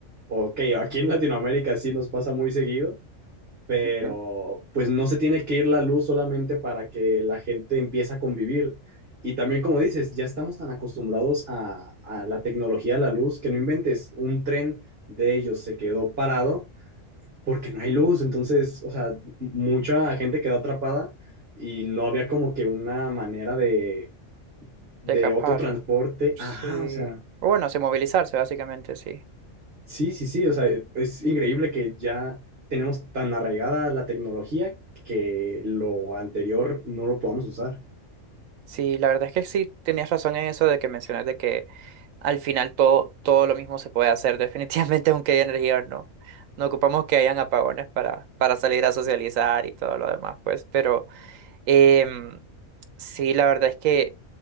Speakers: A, on the right; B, on the right.
A: ok, aquí en Latinoamérica sí nos pasa muy seguido pero
B: Ujú.
A: pues no se tiene que ir la luz solamente para que la gente empiece a convivir. Y también, como dices, ya estamos tan acostumbrados a, a la tecnología, a la luz, que no inventes, un tren de ellos se quedó parado porque no hay luz, entonces, o sea, mucha gente quedó atrapada y no había como que una manera de, de
B: De capaz,
A: otro transporte.
B: sí.
A: Ajá, o sea,
B: O Bueno, sí, movilizarse, básicamente, sí.
A: Sí, sí, sí, o sea, es increíble que ya tenemos tan arraigada la tecnología que lo anterior no lo podamos usar.
B: Sí, la verdad es que sí tenías razón en eso de que mencionas de que al final todo, todo lo mismo se puede hacer, definitivamente, <laughs> aunque haya energía no. No ocupamos que hayan apagones para, para salir a socializar y todo lo demás, pues, pero. Em, sí, la verdad es que,